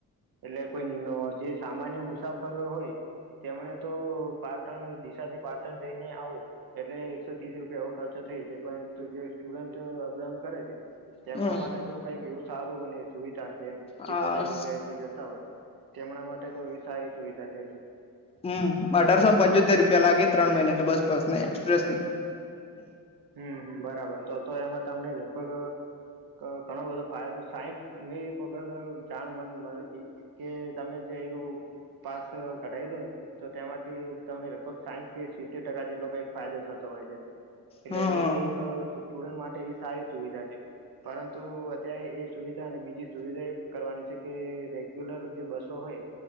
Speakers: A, on the right; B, on the left.
A: એટલે કોઈનો જે સામાન્ય મુસાફરો હોય તેમણે તો પાટણ દિશાથી પાટણ જઈને આવું. એટલે એકસો તીસ રૂપિયા એવો ખર્ચો થઇ છે પરંતુ જે સ્ટુડન્ટ અપડાઉન કરે છે તેમના
B: હમ
A: માટે તો કંઈક એવું સારું બને. સુવિધા છે એમ જે
B: આ
A: કોલેજ વગેરે કોઈ જતા હોય તેમના માટે તો એવી સારી સુવિધા છે એટલે
B: હમ્મ અઢારસો ને પંચોતેર રૂપિયા લાગે ત્રણ મહિનાના બસ પાસના એક્સપ્રેસના
A: હમ્મ બરાબર તો તો એમાં તમને ન <unintelligible> ઘણો બધો ફાયદો સાઈઠ મેં એક વખત જાણ મને મળી હતી કે તમે જે <unintelligible> પાસ કઢાઈ દો તો તેમાંથી તમને લગભગ સાઈઠ કે સિત્તેર ટકા જેટલો કંઈક ફાયદો થતો હોય છે. એટલે
B: હા
A: એ એક સ્ટુડન્ટ માટે એ સારી સુવિધા છે. પરંતુ અત્યારે એ સુવિધા અને બીજી સુવિધા એ કરવાની છે કે રે ગ્યુલર જે બસો હોય